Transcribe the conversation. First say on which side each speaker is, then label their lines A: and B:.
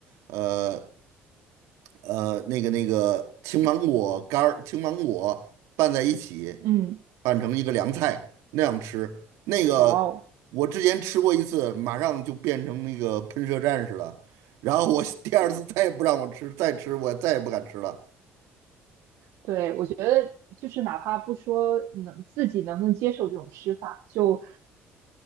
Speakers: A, on the right (about 80°); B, on the right (about 70°).
A: 呃呃那个那个青芒果干儿、青芒果拌在一起，
B: 嗯，
A: 拌成一个凉菜那样吃。那个
B: 哇哦。
A: 我之前吃过一次，马上就变成那个喷射战士了。然后我 <laughs> 第二次再也不让我吃，再吃我再也不敢吃了。
B: 对，我觉得就是哪怕不说能自己能不能接受这种吃法，就